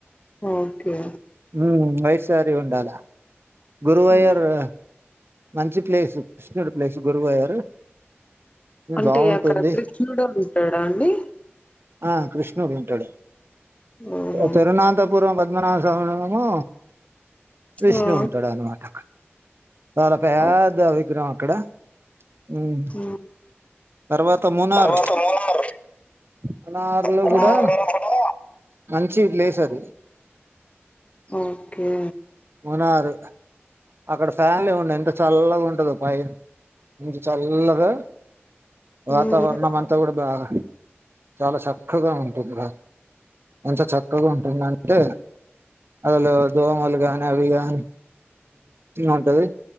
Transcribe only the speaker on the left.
ఓకే
హ్మ్
అంటే
అక్కడ కృష్ణుడు డోళ్లు ఉంటాడా అండి
ఓహో
ఆ
ఓకే
హ్మ్.
తర్వాత మూలార్
మూలార్‌లో
కూడా
ఓకే
హ్మ్